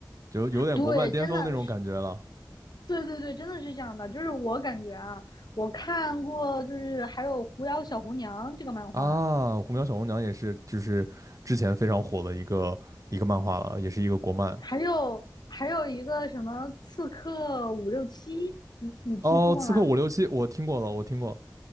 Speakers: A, on the right; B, on the left.
A: 就有点国漫巅峰那种感觉了
B: 对，真的是，对对对，真的是这样的。就是我感觉啊，我看过，就是还有《狐妖小红娘》这个漫画，
A: 啊！《虎喵小红娘》也是，就是之前非常火的一个一个漫画了，也是一个国漫。
B: 还有还有一个什么《刺客伍六七》，你你听说过吗？
A: 哦，《刺客伍六七》我听过了，我听过，